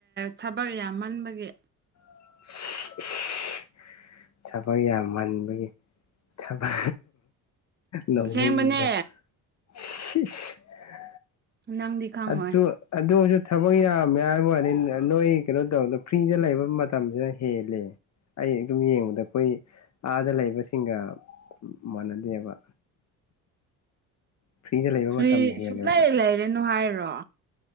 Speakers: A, on the right; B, on the left.
A: ꯊꯕꯛ ꯌꯥꯝꯃꯟꯕꯒꯤ
B: <inaudible> ꯊꯕꯛ ꯌꯥꯝꯃꯟꯕꯒꯤ ꯊꯕ ꯅꯣꯛꯅꯤꯡꯏꯗ
A: ꯑꯁꯦꯡꯕꯅꯦ
B: ꯁꯤꯁꯁ
A: ꯅꯪꯗꯤ ꯈꯪꯉꯣꯏ
B: ꯑꯗꯨ ꯑꯗꯨꯖꯨ ꯊꯕꯛ ꯌꯥꯝꯃꯦ ꯍꯥꯏꯕꯋꯥꯅꯤ ꯅꯣꯏ ꯀꯩꯅꯣ ꯇꯧꯕꯗ ꯐ꯭ꯔꯤꯗ ꯂꯩꯕ ꯃꯇꯝꯁꯤꯅ ꯍꯦꯜꯂꯦ ꯑꯩ ꯑꯗꯨꯝ ꯌꯦꯡꯕꯗ ꯑꯩꯈꯣꯏ ꯑꯥꯗ ꯂꯩꯕꯁꯤꯡꯒ ꯃꯥꯟꯅꯗꯦꯕ ꯐ꯭ꯔꯤꯗ ꯂꯩꯕ
A: ꯐ꯭ꯔꯤ
B: ꯃꯇꯝꯅ ꯍꯦꯜꯂꯦꯕ
A: ꯁꯨꯡꯂꯩ ꯂꯩꯔꯅꯨ ꯍꯥꯏꯔꯣ